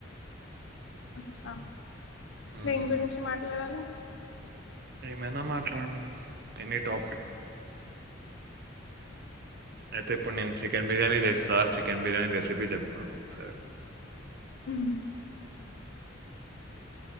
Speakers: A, on the left; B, on the right.
A: అచ్చా
B: ఉమ్,
A: దేని గురించి మాట్లాడాలి
B: ఏమైనా మాట్లాడు ఎనీ టాపిక్ అయితే ఇప్పుడు నేను చికెన్ బిర్యానీ చేస్తా చికెన్ బిర్యానీ రెసిపీ చెప్పు నాకు ఒకసారి
A: ఉమ్